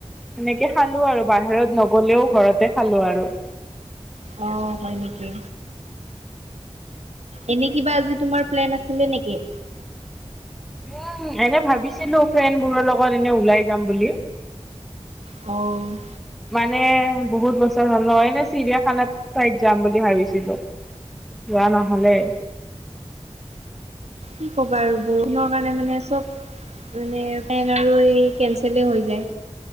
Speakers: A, in the centre; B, on the right (about 75°).
A: সেনেকে খালো আৰু বাহিৰত নগলেও ঘৰতে খালো আৰু।
B: অ', হয় নিকি? এনে কিবা আজি তোমাৰ প্লেন আছিলে নেকি?
A: উ', এনে ভাবিছিলো ফ্ৰেণ্ডবোৰৰ লগত এনে ওলাই যাম বুলি।
B: অ'।
A: মানে, বহুত বছৰ হ'ল ন, এনে চিৰিয়াখানাত চাইড যাম বুলি ভাবিছিলো। যোৱা নহলেই।
B: কি ক'বা আৰু বৰষুণৰ কাৰণে মানে চব, মানে প্লেন আৰু ই কেনচেলে হৈ যায়।